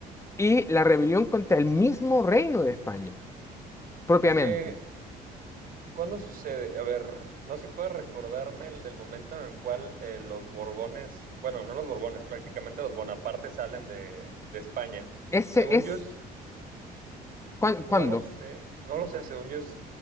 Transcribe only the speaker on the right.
es que, ¿cuándo sucede? A ver, no sé si puedes recordarme el, el momento en el cual eh, los Borbones, bueno, no los Borbones, prácticamente los Bonaparte salen de, de España.
Según
yo, es-
no
lo sé, no lo sé, según yo es